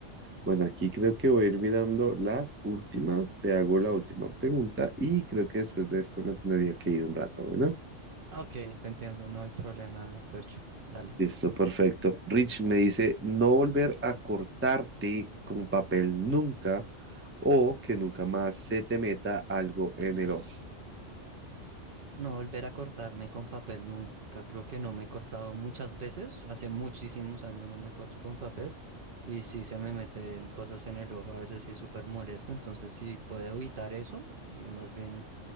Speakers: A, on the right; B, on the right.
A: Bueno, aquí creo que voy a ir mirando las últimas, te hago la última pregunta y creo que después de esto me tendría que ir un rato, ¿no?
B: Ok, te entiendo, no hay problema, Percho, dale.
A: Listo, perfecto. Rich me dice no volver a cortarte con papel nunca o que nunca más se te meta algo en el ojo.
B: No volver a cortarme con papel nunca. Creo que no me he cortado muchas veces. Hace muchísimos años no me corto con papel. Y sí se me meten cosas en el ojo. A veces sí es súper molesto. Entonces sí puedo evitar eso. Y más bien